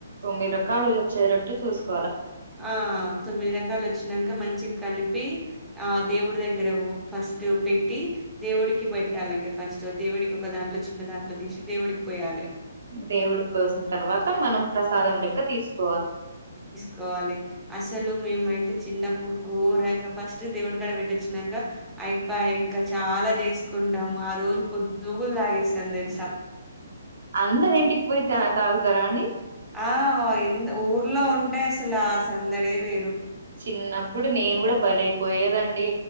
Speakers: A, on the right; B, in the centre.
A: తొమ్మిది రకాలు వచ్చేటట్టు చూస్కో
B: ఆ తొమ్మిది రకాలు వచ్చినాంక మంచిగ కలిపి ఆ దేవుడి దగ్గర ఫస్ట్ పెట్టి దేవుడికి పెట్టాలండి ఫస్ట్ దేవుడికి ఒక దాంట్లో చిన్న దాంట్లో తీషి దేవుడికి పోయాలే.
A: దేవుడికి పోసిన తర్వాత మనం ప్రసాదం లెక్క తీసుకోవా
B: కోవాలి. అసలు మేమైతే చిన్నప్పుడు గోరంగా ఫస్ట్ దేవుడికాడ పెట్టొచ్చినాంక అయిపయ ఇంకా చాలా చేసుకుంటాము ఆ రోజు పొద్దుగుల్ తాగేస్తాం తెలుసా
A: అందరింటికి పోయి త తాగుతారా అండి.
B: ఆ ఎంత ఊర్లో ఉంటే అసలు ఆ సందడే వేరు
A: చిన్నప్పుడు నేను గూడా భలే పోయేదండి.